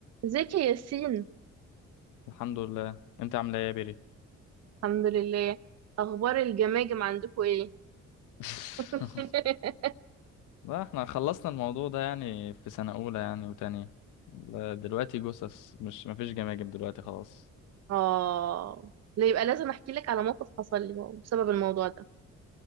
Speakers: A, on the right; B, on the left.
A: ازيك يا ياسين
B: الحمد لله انت عامله ايه يا بيري
A: الحمد لله اخبار الجماجم عندكم ايه
B: <laughs>
A: <laughs>
B: لا احنا خلصنا الموضوع ده يعني في سنه اولى يعني وتانية لا، دلوقتي جثث مش مفيش جماجم دلوقتي خلاص
A: اه لا يبقى لازم احكي لك على موقف حصل لي بسبب الموضوع ده